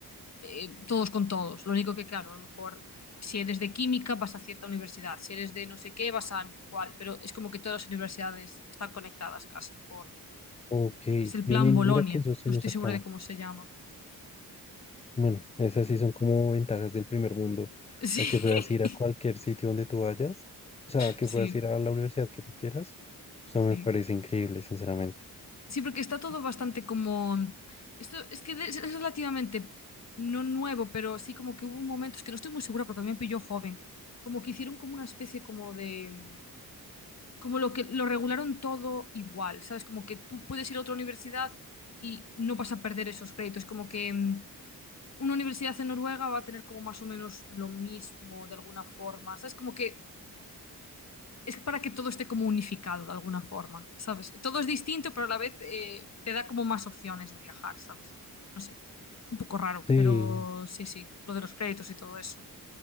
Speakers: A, on the left (about 45°); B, on the left (about 15°).
A: eh, todos con todos. Lo único que, claro, a lo mejor si eres de química vas a cierta universidad, si eres de no sé qué vas a cuál, pero es como que todas las universidades están conectadas casi por...
B: Ok.
A: Es el
B: Mi-
A: plan
B: mi- Mira
A: Bolonia,
B: que yo sí
A: no
B: nos
A: estoy
B: acá.
A: segura de cómo se llama.
B: Bueno, esas sí son como ventajas del primer mundo. O
A: Sí,
B: sea, que
A: <laughs>
B: puedas ir a cualquier sitio donde tú vayas. O sea, que
A: sí,
B: puedas ir a la universidad que tú quieras. O sea,
A: sí.
B: me parece increíble, sinceramente.
A: Sí, porque está todo bastante como... Esto es que es es relativamente, no nuevo, pero sí como que hubo un momento, es que no estoy muy segura porque a mí me pilló joven, como que hicieron como una especie como de como lo que lo regularon todo igual, ¿sabes? Como que tú puedes ir a otra universidad y no vas a perder esos créditos, como que mm, una universidad en Noruega va a tener como más o menos lo mismo de alguna forma, ¿sabes? Como que es para que todo esté como unificado de alguna forma, ¿sabes? Todo es distinto, pero a la vez eh, te da como más opciones de viajar, ¿sabes? No sé, es un poco raro,
B: Sí.
A: pero sí, sí, lo de los créditos y todo eso.